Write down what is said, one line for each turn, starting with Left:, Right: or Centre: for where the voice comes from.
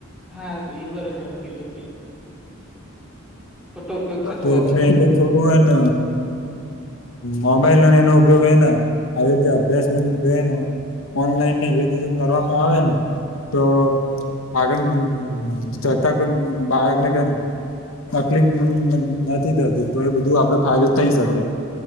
Centre: હા, એ બરોબર કીધું તે ખોટો ઉપયોગ થતો
Left: <unintelligible>
Centre: હોય બધો
Left: એમનેમ થોડું હોય ન મોબાઈલ અને એનો ઉપયોગ હેન, આવી રીતે અભ્યાસ <unintelligible> ઓનલાઈન ને એવી રીતે જો કરવામાં ઓવે ને તો આગળ જતા પણબાળકને કંઈક તકલીફ નથી થતી, તો એ બધું આપડે ફાયદો થઈ શકે